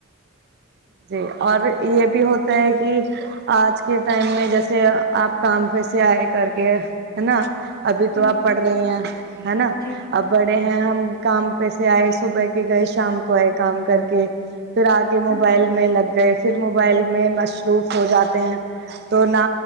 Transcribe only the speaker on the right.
جی اور یہ بھی ہوتا ہے کہ آج کے ٹائم میں جیسے آپ کام پہ سےے آئے کر کے ہے نا ابھی
تو آپ پڑھ رہی ہیں ہے نا
اب بڑے ہیں ہم کام پس آئے صبح کے گئے شام کو آئے کام کر کے پھر آگ موبائل
میں لگ گئے پھر موبائل میں مصروف ہو جاتے ہیں تو نہ